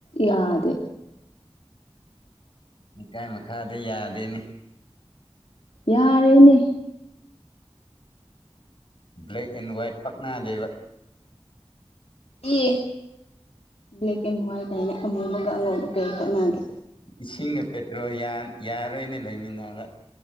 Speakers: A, on the left; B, on the left.
A: ꯌꯥꯗꯦ
B: ꯂꯩꯀꯥꯏ ꯃꯈꯥꯗ ꯌꯥꯗꯦꯅꯤ
A: ꯌꯥꯔꯦꯅꯦ
B: ꯕ꯭ꯂꯦꯛꯥꯛ ꯑꯦꯟ ꯍꯏꯠ ꯄꯛꯅꯥꯗꯦꯕ
A: ꯑꯦ ꯕ꯭ꯂꯦꯛ ꯑꯦꯟ ꯍ꯭ꯋꯥꯏꯠ ꯀꯥꯏꯅ ꯑꯃꯨꯕꯒ ꯑꯉꯧꯕꯧꯕ ꯀꯔꯤ ꯈꯠꯅꯒꯦ
B: ꯏꯁꯤꯡꯒ ꯄꯦꯇ꯭ꯔꯣꯜ ꯌꯥꯔꯣꯏꯅ ꯂꯩꯃꯤꯟꯅꯕ